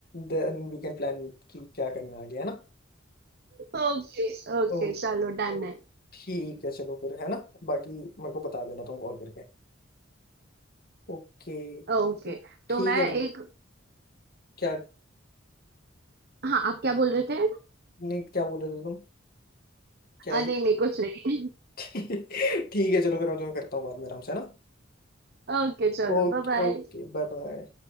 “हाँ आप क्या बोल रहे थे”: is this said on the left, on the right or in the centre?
Right